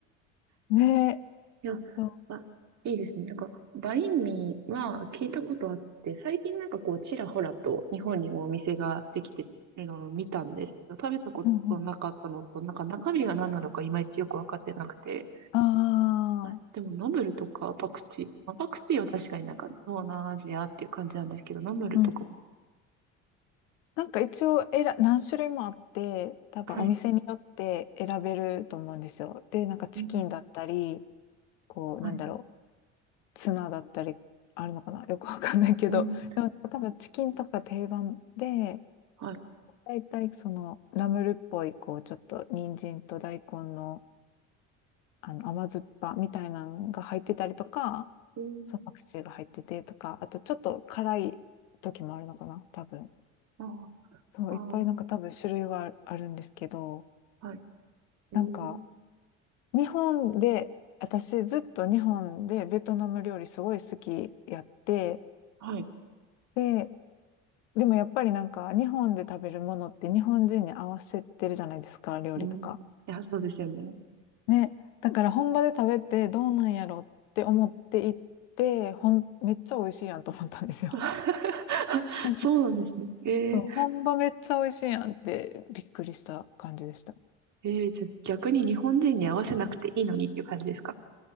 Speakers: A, on the left; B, on the right.
A: ねえ、
B: いや、
A: そ
B: あ、いいですね。なんか、バインミーは聞いたことあって、最近なんかこう、ちらほらと日本にもお店ができてるのを見たんですけど、食べたことなかったのと、
A: う。うんうん。
B: なんか中身が何なのかいまいちよくわかってなくて、
A: あ
B: はい。
A: あ、
B: でも、ナムルとかパクチー。まあ、パクチーは確かになんか東南アジアっていう感じなんですけど、ナムルとかも。
A: うん。なんか一応選何種類もあって、多分お店によって選べると思うんですよ。
B: はい。
A: で、なんかチキンだったり、
B: うん。
A: こう、
B: はい。
A: なんだろう、ツナだったり、あるのかなよくわかんないけど、
B: うん。
A: でも多分チキンとか定番で、
B: はい。
A: 大体そのナムルっぽい、こう、ちょっと人参と大根のあの、甘酸っぱみたいなのが入ってたりとか、
B: えー、
A: そう、パクチーが入っててとか、あとちょっと辛い時もあるのかな、多分。
B: あ
A: そう、
B: あ、あー
A: いっぱいなんか多分種類はあるんですけど、
B: はい。えー、
A: なんか、日本で、私ずっと日本でベトナム料理すごい好きやって、
B: はい。
A: で、でもやっぱりなんか日本で食べるものって日本人に合わせてるじゃないですか、料理とか。
B: うん。いや、そうですよね。
A: ね、だから本場で食べてどうなんやろって思って行って、ほん、めっちゃ美味しいやんと思ったんですよ。
B: <laughs>
A: <laughs>
B: そうなんですね。えー、
A: そう本場めっちゃ美味しいやんってびっくりした感じでした。
B: えー、じゃあ逆に日本人に合わせなくていいのにっていう感じですか